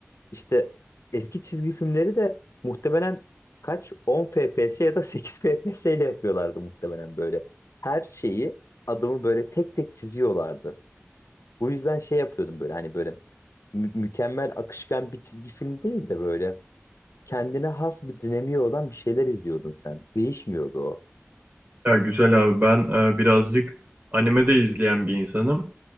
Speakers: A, on the left; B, on the right.
A: İşte eski çizgi filmleri de muhtemelen kaç 10 FPS ya da 8 FPS ile yapıyorlardı muhtemelen böyle. Her şeyi adımı böyle tek tek çiziyorlardı. Bu yüzden şey yapıyordum böyle hani böyle mü- mükemmel akışkan bir çizgi film değil de böyle kendine has bir dinamiği olan bir şeyler izliyordun sen. Değişmiyordu o.
B: Ya güzel abi ben e, birazcık anime de izleyen bir insanım.